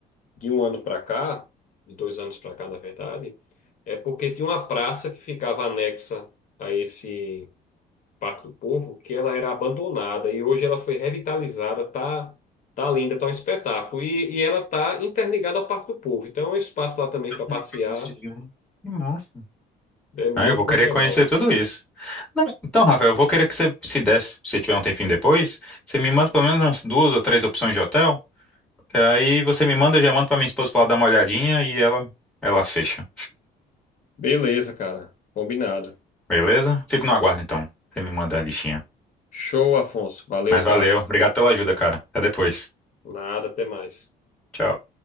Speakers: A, on the left; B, in the centre.
A: de um ano para cá, de dois anos para cá, na verdade, É porque tinha uma praça que ficava anexa a esse Parque do Povo, que ela era abandonada e hoje ela foi revitalizada, tá, tá linda, tá um espetáculo. E, e ela tá interligada ao Parque do Povo, então é um espaço lá também
B: Alguma
A: para passear,
B: coisa assim, né? Que massa.
A: é muito,
B: Ah, eu vou querer
A: muito legal.
B: conhecer tudo isso. Não, então, Rafael, eu vou querer que você, se desse, se tiver um tempinho depois, você me manda pelo menos umas duas ou três opções de hotel. que Aí você me manda, eu já mando pra minha esposa pra ela dar uma olhadinha e ela, ela fecha.
A: Beleza, cara. Combinado.
B: Beleza? Fico no aguardo, então. Você me manda a listinha.
A: Show, Afonso. Valeu,
B: Mas valeu.
A: cara.
B: Obrigado pela ajuda, cara. Até depois.
A: Nada, até mais.
B: Tchau.